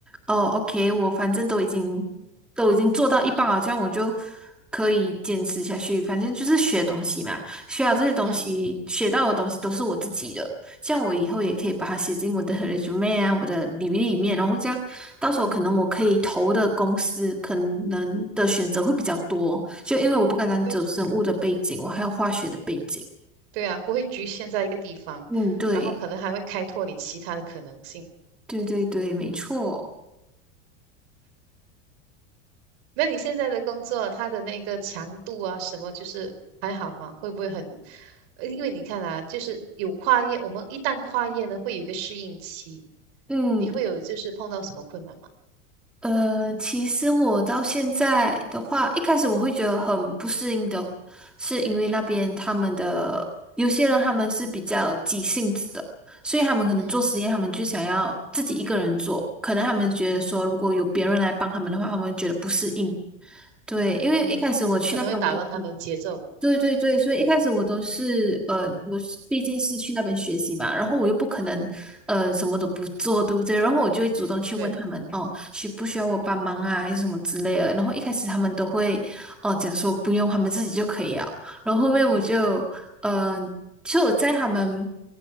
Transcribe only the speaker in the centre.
哦，OK，我反正都已经都已经做到一半了，这样我就可以坚持下去。反正就是学东西嘛，学好这些东西，
学到的东西都是我自己的，像我以后也可以把它写进我的 <laughs> resume 啊，我的履历里面，然后这样到时候可能我可以投的公司可能的选择会比较多，
就因为我不单单走生物的背景，
我还有化学的背景。
嗯，对
对对对，没错。
嗯。
呃，其实我到现在的话，一开始我会觉得很不适应的，是因为那边他们的有些人他们是比较急性子的，所以他们可能做实验，
他们就想要自己一个人做，可能他们觉得说如果有别人来帮他们的话，
他们会觉得不适应。对，因为一开始我去那边，
我都是对对对，所以一开始我都是呃，我是毕竟是去那边学习嘛，然后我又不可能呃什么都不做，对不对？然后我就会主动去问他们哦，
需不需要我帮忙啊，还是什么之类的。
然后一开始他们都会哦、讲说不用，他们自己就可以了。然后后面我就嗯。
呃其实我在他们